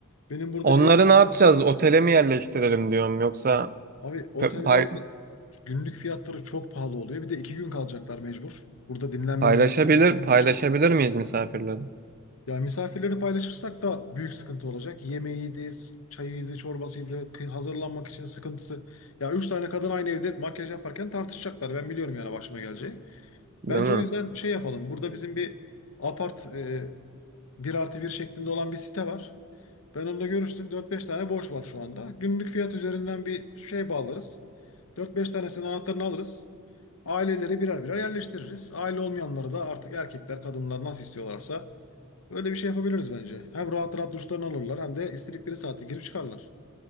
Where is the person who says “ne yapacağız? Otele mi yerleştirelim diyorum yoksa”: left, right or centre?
Right